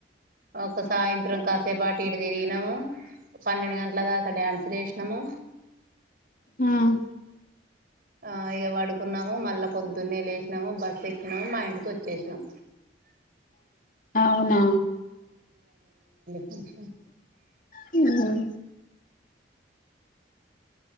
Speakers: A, on the right; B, on the left.
A: ఒక సాయంత్రం కాసేపా ట్టి డి తిరిగినాము పన్నెండు గంట్ల దాకా ఆ డ్యాన్సు లేషీనము
B: హ్మ్
A: ఆ ఇగ వడుకున్నాము మళ్ళా పొద్దున్నే లేేసినాము బస్సు ఎక్కినము మా ఇంటికి వచ్చేసినాం
B: అవునా
A: ఫంక్షన్
B: హ్మ్